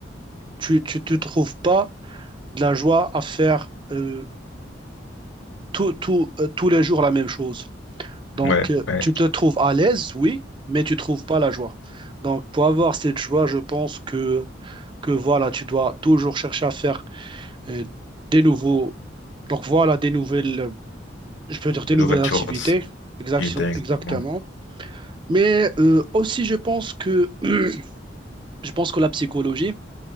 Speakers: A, on the right (about 25°); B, on the left (about 70°).
A: tu tu te trouves pas de la joie à faire euh, tout- tout- euh, tous les jours la même chose. Donc,
B: Ouais,
A: euh,
B: ouais,
A: tu te trouves à l'aise, oui, mais tu trouves pas la joie. Donc, pour avoir cette joie, je pense que, que voilà, tu dois toujours chercher à faire euh, des nouveaux, donc voilà, des nouvelles, euh, je peux dire des
B: de
A: nouvelles
B: nouvelles
A: activités,
B: choses
A: exact-
B: qui étaient exactement
A: exactement. Mais euh, aussi, je pense que, <clears throat> je pense que la psychologie,